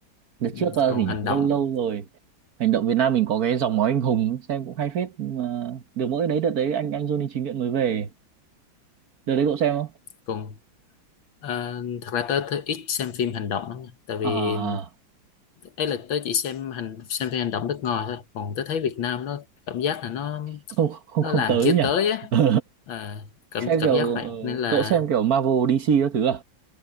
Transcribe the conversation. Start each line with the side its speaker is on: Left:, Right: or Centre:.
Right: đợt
Left: ừm,
Right: trước ờ,
Left: còn
Right: gì
Left: hành
Right: nhỉ lâu
Left: động
Right: lâu rồi hành động Việt Nam mình có cái dòng máu anh hùng ấy, xem cũng hay phết nhưng mà được mỗi đấy đợt đấy anh anh Johnny Chính Nguyện mới về đợt đấy cậu xem không
Left: còn ờ, thật ra tớ, tớ ít xem phim hành động lắm nha. tại vì
Right: à
Left: ấy là tớ chỉ xem hành xem phim hành động nước ngoài thôi còn tớ thấy Việt Nam nó cảm giác là nó
Right: không không
Left: nó
Right: không
Left: làm
Right: tới
Left: chưa
Right: nhỉ
Left: tới á
Right: <laughs>
Left: à, cảm
Right: xem
Left: cảm
Right: kiểu
Left: giác vậy
Right: ờ,
Left: nên là
Right: cậu xem kiểu Marvel DC các thứ à